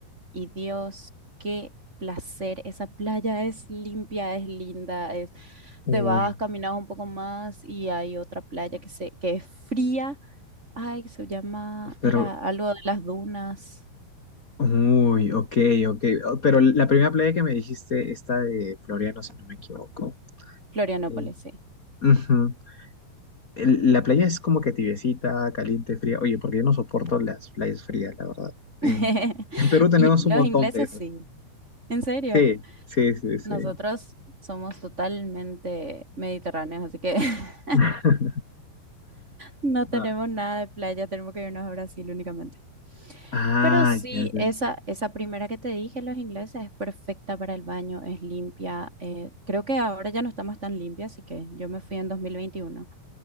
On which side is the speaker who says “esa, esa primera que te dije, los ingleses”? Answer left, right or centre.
Right